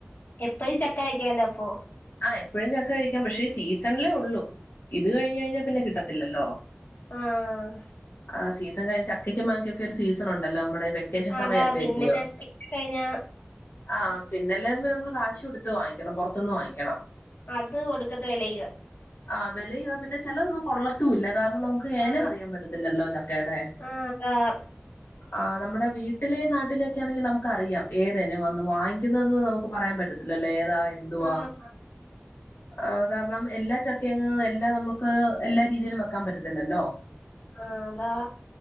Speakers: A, on the left (about 55°); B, on the left (about 75°).
A: എപ്പഴും ചക്കയിക്കാലൊ അപ്പൊ
B: ആഹ് എപ്പോഴും ചക്ക കഴിക്കാം. പക്ഷേ സീസൺലേ ഉള്ളൂ. ഇത് കഴിഞ്ഞഴ്ഞ്ഞാ പിന്നെ കിട്ടത്തില്ലല്ലോ?
A: ആഹ്
B: ആഹ് സീസൺ കഴി ചക്കക്കും മാങ്ങക്കൊക്കെ ഒരു സീസൺ ഒണ്ടല്ലോ മ്മ ടെ വെക്കേഷൻ സമ
A: അതാ
B: യൊക്കെ
A: പിന്നെ
B: ഇല്ല്യയോ
A: പിന്നെ കഴിഞ്ഞ
B: ആഹ് പിന്നെല്ലേത് ന്‌ മ്മള് കാശൊട്ത്ത് വാങ്ങിക്കണം. പൊർത്ത്ന്ന് വാങ്ങിക്കണം.
A: അത് ഒട്ക്കത്തെ വെലയുവാ.
B: ആഹ് വിലയുവാ പിന്നെ ചെലതൊന്നും കൊള്ളത്തൂല്ല കാരണം നമുക്ക്
A: ആഹ്
B: ഏനവും അറിയാൻ പറ്റത്തില്ലല്ലോ ചക്കേടെ.
A: ആഹ് <unintelligible>
B: ഉ ആഹ് നമ്മടെ വീട്ടിലെയും നാട്ടിലെയൊക്കെ ആണെങ്കി നമുക്ക് അറിയാം. ഏതെനവാന്നും വാങ്ങിക്കുന്നത്തന്ന് നമുക്ക് പറയാൻ പറ്റ ല്ലല്ലോ. ഏതാ എന്തുവാ
A: ആഹ്
B: ആഹ് കാരണം എല്ലാ ചക്കയങ്ങ് എല്ലാ നമ്മുക്ക് അത് എല്ലാ രീതിയിലും വെക്കാം പറ്റത്തില്ലല്ലോ.
A: ആഹ് താ